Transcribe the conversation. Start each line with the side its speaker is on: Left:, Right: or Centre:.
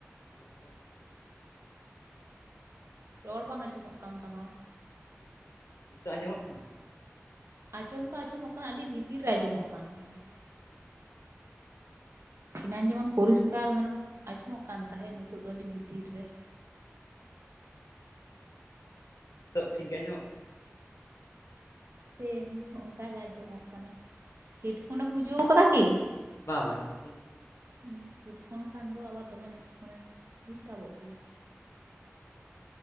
Left: hello hello.
Right: ᱨᱚᱲ ᱵᱟᱝ ᱟᱸᱡᱚᱢᱚᱜ ᱠᱟᱱ ᱛᱟᱢᱟ ᱾
Left: ᱱᱤᱛᱚᱜ ᱟᱸᱡᱚᱢᱚᱜ ᱠᱟᱱᱟ?
Right: ᱟᱸᱡᱚᱢ ᱫᱚ ᱟᱸᱡᱚᱢᱚᱜ ᱠᱟᱱᱟ ᱟᱹᱰᱤ ᱵᱷᱤᱛᱤᱨ ᱨᱮ ᱟᱸᱚᱢᱚᱜ ᱠᱟᱱ ᱛᱟᱢᱟ ᱾ ᱮᱱᱟᱝ ᱡᱮᱢᱚᱱ ᱯᱚᱨᱤᱥᱠᱟᱨ ᱢᱟᱱᱮ ᱟᱸᱡᱚᱢᱚᱜ ᱠᱟᱱ ᱛᱟᱦᱮᱸᱫ ᱱᱤᱛᱚᱜ ᱫᱚ ᱟᱹᱰᱤ ᱵᱷᱤᱛᱤᱨ ᱨᱮᱴ
Left: ᱱᱤᱛᱚᱜ ᱴᱷᱤᱠ ᱜᱮ ᱟᱧᱢᱚᱡᱚ ᱢᱚᱜ
Right: ᱥᱮᱢ ᱚᱱᱠᱟ ᱜᱮ ᱟᱸᱡᱚᱢᱚᱜ ᱠᱟᱱᱟ ᱦᱮᱰᱯᱷᱚᱱᱮᱢ ᱵᱩᱡᱷᱟᱹᱣ ᱟᱠᱟᱫᱟ ᱠᱤ?
Left: ᱵᱟ ᱵᱟ ᱦᱮᱰᱯᱷᱚᱱ?
Right: ᱦᱸ ᱦᱮᱰᱯᱷᱚᱱ ᱠᱷᱟᱱ ᱫᱚ ᱟᱣᱟᱡ ᱫᱚᱢᱮ ᱢᱟᱱᱮ ᱰᱤᱥᱴᱟᱵᱚᱜ ᱜᱮᱭᱟ ᱾
Left: ᱚ